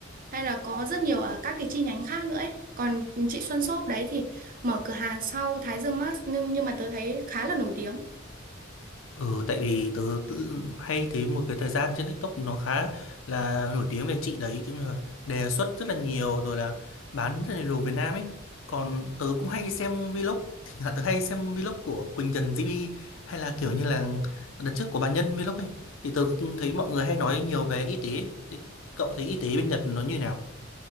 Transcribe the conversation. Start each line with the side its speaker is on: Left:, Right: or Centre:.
Right: hay là có rất nhiều ở các cái chi nhánh khác nữa ấy. Còn chị Xuân Shop đấy thì mở cửa hàng sau Thái Dương Mart nhưng nhưng mà tớ thấy khá là nổi tiếng.
Left: Ừ, tại vì tớ tự- hay thấy một cái thời gian trên TikTok nó khá là nổi tiếng về chị đấy kiểu như là đề xuất rất là nhiều rồi là bán rất là đồ Việt Nam ấy. Còn tớ cũng hay xem vlog, <laughs> thì là tớ hay xem vlog của Quỳnh Trần GB hay là kiểu như là đợt trước của bà Nhân vlog ấy. Thì tớ cũng thấy mọi người hay nói nhiều về y tế. ấy. Thì cậu thấy y tế bên Nhật nó như nào?